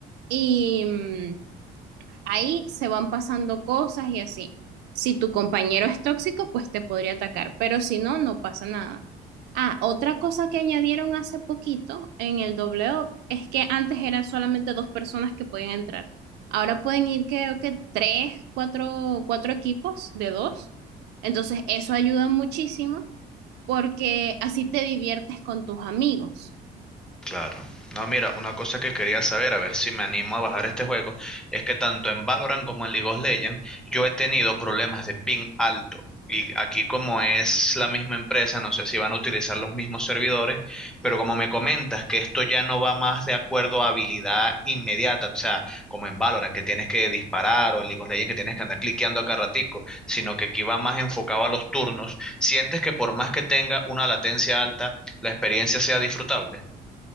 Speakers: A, on the right; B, in the centre.
A: Y, mm, ahí se van pasando cosas y así. Si tu compañero es tóxico, pues te podría atacar, pero si no, no pasa nada. Ah, otra cosa que añadieron hace poquito en el W es que antes eran solamente dos personas que podían entrar. Ahora pueden ir, creo que tres, cuatro, cuatro equipos de dos. Entonces, eso ayuda muchísimo porque así te diviertes con tus amigos.
B: Claro. No, mira, una cosa que quería saber, a ver si me animo a bajar este juego, es que tanto en Valorant como en League of Legends yo he tenido problemas de ping alto. Y aquí como es la misma empresa, no sé si van a utilizar los mismos servidores, pero como me comentas que esto ya no va más de acuerdo a habilidad inmediata, o sea, como en Valorant que tienes que disparar o en League of Legends que tienes que andar cliqueando acá ratico, sino que aquí va más enfocado a los turnos, ¿sientes que por más que tenga una latencia alta, la experiencia sea disfrutable?